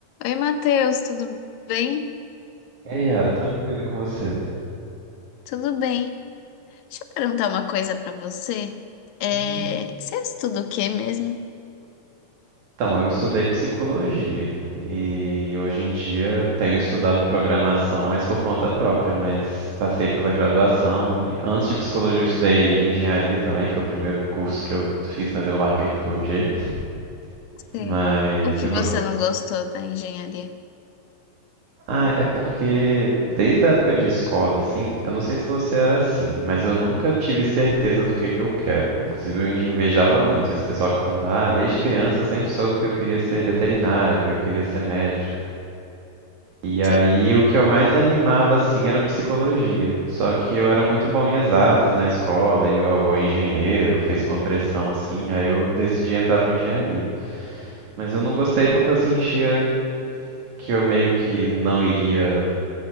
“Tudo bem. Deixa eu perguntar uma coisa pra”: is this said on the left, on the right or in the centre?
Left